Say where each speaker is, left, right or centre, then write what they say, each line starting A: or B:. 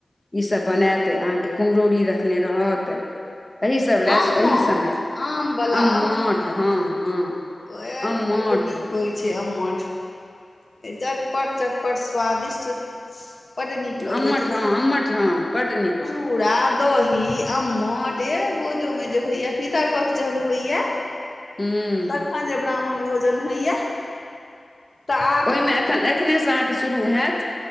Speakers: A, on the left (about 15°); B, on the left (about 50°).
A: ईसभ बनायत अहाँके कुम्हरौरी रखने रहत। अही सभ
B: आममठ
A: लए अही समय ला
B: आमवला
A: अम्मट
B: आममठ
A: हँ हँ।
B: ओएह
A: आम्मट।
B: बड्ड नीक होइ छै अम्मट चटपट चटपट स्वादिष्ट बड नीक लोगे
A: अम्मट
B: छै।
A: हँ
B: <unintelligible>
A: अम्मट हँ बड नीक हँ
B: चु चुड़ा दही अम्मट एह बोझो में जे होइया पितर पक्ष जहन होइया।
A: हूँ
B: तखन जे ब्राह्मण भोजन होइया। तऽ आब
A: ओहिमे एखन एखनेसँ अहाँके शुरू हैत।